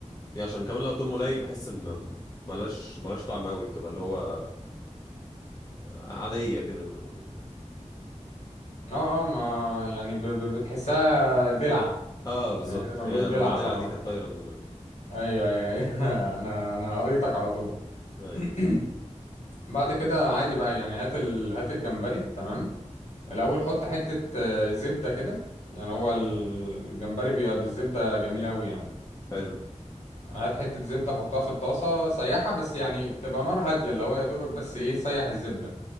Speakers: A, on the left (about 30°); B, on the left (about 65°).
A: يعني عشان كمان لو توم قليل بحس م- ملهاش ملهاش طعم قوي بتبقى اللي هو عادية كده م-
B: اه اه ما يعني ب... ب... بتحسها دلعه
A: اه بالظبط
B: يعني زي ما
A: هي
B: بيقولوا دلعه
A: انا الدلعة
B: اه
A: دي كانت طايرة من دماغي
B: ايوه ايوه ايوه <laughs> انا انا قريتك على طول
A: ايوه
B: <clears throat> بعد كده عادي بقى يعني هات ال... هات الجمبري تمام الاول حط حته آه، زبده كده يعني هو الجمبري بيبقى بالزبده جميل قوي يعني
A: حلو
B: هات حتة زبدة حطها في الطاسة سيحها بس يعني بتبقى نار هادية اللي هو يا دوبك بس ايه تسيح الزبدة